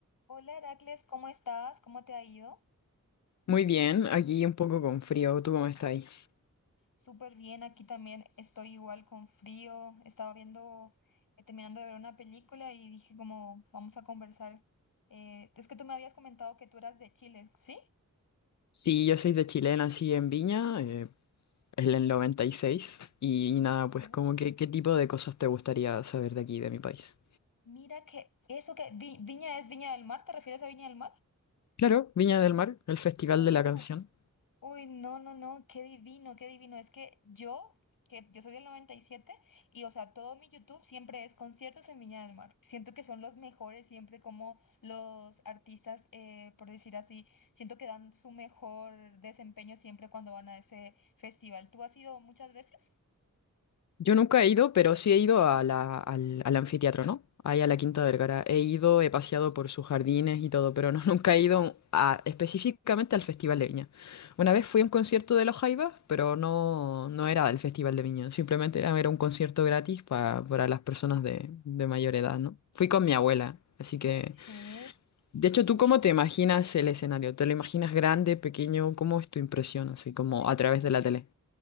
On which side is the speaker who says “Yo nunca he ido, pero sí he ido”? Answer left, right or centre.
Left